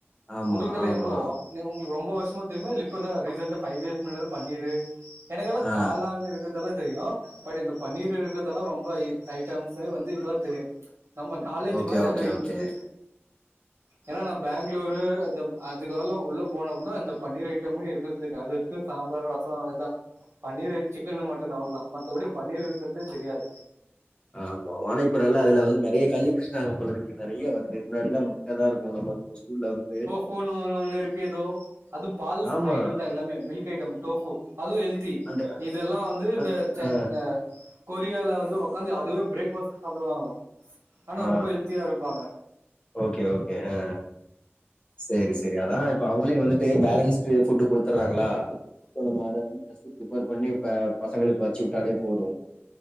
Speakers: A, on the left; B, on the right.
A: ஆமா
B: உங்குளுக்கெல்லா
A: ஆமா
B: எப்போ அவ் நெ உங்குளுக் ரொம்பொ வருஷ்மா தெரிமா இல்ல இப்பதா ரீசெண்டா ஃபைவ் இயஸ்கு முன்னாடிதா பன்னீரு எனக்கெல்லா
A: ஆ
B: காளான் இருக்குறதெல்லா தெரியு. பட் இந்த பன்னீர் இருக்கறதெல்லா ரொம்ப ஐ ஐட்டம்ஸே வந்து இப்பதா தெரியு. நம்ம நாலேஜ்
A: ஓகே
B: மாரி
A: ஓகே
B: அது இம்ப்ரு.
A: ஓகே
B: ஏனா நா பேங்ளூரு இந்தப் அதுக்காவல்லா உள்ள போன அப்றந்தா இந்த பன்னீர் ஐ ட்டம்மே இருக்கறது தெரியு அது வரிக்கு சாம்பார் ரசோ அதுதா. பன்னீர் ஐட் சிக்கன்னு மட்டன் அவுள்தா மத்தபடி பன்னீர் இருக்கற்தே தெரியாது.
A: ஆமா வானா இப்ப நல்ல அதுல வந்து நறைய கண்டுபிடிச்டாங்க போலருக்கு நறைய வருது முன்னாடிலா மு ட்டதாருக்கு நம்ப கு ஸ்கூல்ல வந்துட்டு.
B: போனு ஒன்னு ஒன்னு இருக்கு எதோ அது பால்ஸ்
A: ஆமா
B: ஐட்டம் தா எல்லாமே மில்க் ஐட்டம் டோஃபு அதுவு ஹெல் த்தி
A: அந்த
B: இதெல்லா வந்து இந்த
A: அந்
B: சை
A: ஆ
B: இந்த கொரியால வந்து ஒக்காந்தி அதுவே பிரேக்ஃபாஸ்ட்டா சாப்புடுவாங்களா ஆனா
A: ஆ
B: ரொம்ப ஹெல்த்தியா இருப்பாங்க.
A: ஓகே ஓகே அ சேரி சேரி அதா இப்ப அவுங்களே வந்துட்டு பேலன்ஸ் டு ஃபுட்டு குடுத்தர்றாங்களா சோ நம்ம அத வந்து ஃபஸ்ட்டு பிரிப்பேர் பண்ணி பெ பசங்களுக்கு வெச்சு உட்டாலே போது.